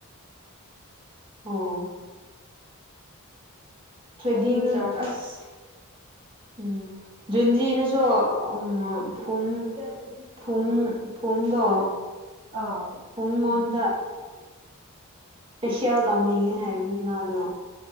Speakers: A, on the right (about 25°); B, on the right (about 45°).
A: ꯑꯣ ꯇ꯭ꯔꯦꯗꯤ
B: ꯑꯩꯗꯤ ꯆꯥꯔꯖ
A: ꯑꯁ ꯎꯝꯖꯨꯟꯖꯤ ꯣ ꯎꯝ ꯐꯨꯡ ꯐꯨꯡ ꯐꯨꯡꯗꯣ
B: ꯑꯥ
A: ꯍꯉꯣꯗ ꯄꯦꯁꯤꯦꯜ ꯇꯧꯅꯤꯡꯉꯤ ꯍꯥꯏꯔꯨꯅꯦ ꯃꯥꯗꯣ